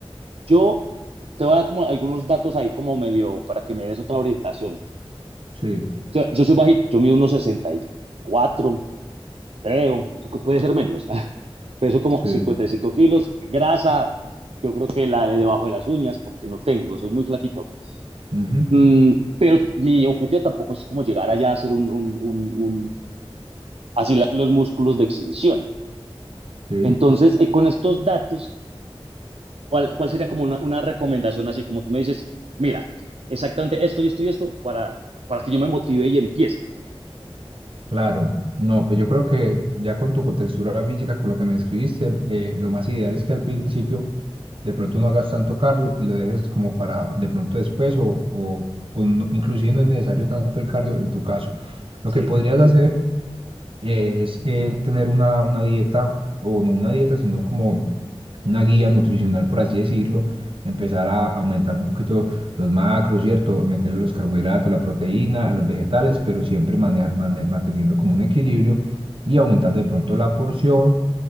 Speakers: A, on the right; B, on the right.
A: Yo te voy a dar como algunos datos ahí como medio para que me des otra orientación.
B: Sí,
A: Yo, yo soy bajito, yo mido unos cuatro creo, puede ser menos. <laughs> Peso como
B: sí,
A: 55 kilos, grasa, yo creo que la de debajo de las uñas, porque no tengo, soy muy flaquito.
B: ujú,
A: Mm, pero mi objetivo tampoco es como llegar allá a ser un, un, un, un así la, los músculos de exhibición.
B: sí.
A: Entonces, eh, con estos datos ¿Cuál, cuál sería como una, una recomendación así? Como tú me dices, mira, exactamente esto y esto y esto para, para que yo me motive y empiece.
B: Claro, no, pues yo creo que ya con tu contextura física, con lo que me describiste, eh, lo más ideal es que al principio de pronto no hagas tanto cardio y lo dejes como para de pronto después o, o, o no- inclusive no es necesario tanto el cardio en tu caso. Lo
A: Sí.
B: que podrías hacer eh, es eh, tener una, una dieta, o no una dieta, sino como una guía nutricional, por así decirlo, empezar a aumentar un poquito los macros, ¿cierto? Meterle los carbohidratos, la proteína, a los vegetales, pero siempre maneja- mane- manteniendo como un equilibrio y aumentando de pronto la porción